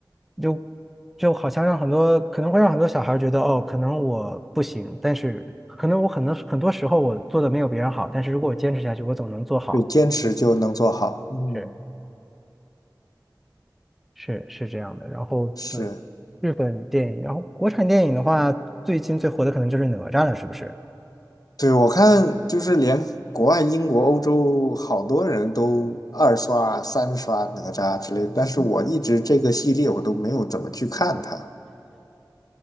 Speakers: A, in the centre; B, on the left.
A: 就就好像让很多可能会让很多小孩觉得哦，可能我不行，但是可能我很多很多时候我做的没有别人好，但是如果我坚持下去，我总能做好。
B: 对，坚持就能做好。嗯，
A: 是。是是这样的。然后对
B: 是，
A: 日本电影，然后国产电影的话，最近最火的可能就是哪吒了，是不是？
B: 对，我看就是连国外英国、欧洲好多人都二刷、三刷哪吒之类的，但是我一直这个系列我都没有怎么去看它。
A: 嗯